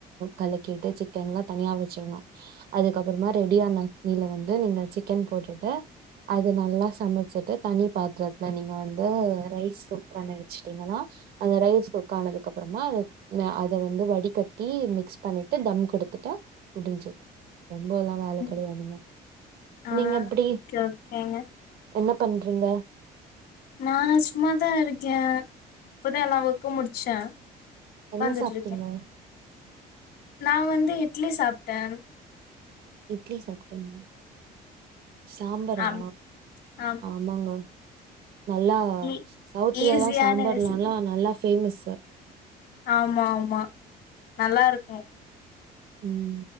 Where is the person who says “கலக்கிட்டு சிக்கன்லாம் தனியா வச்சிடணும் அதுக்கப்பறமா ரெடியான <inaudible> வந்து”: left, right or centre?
Right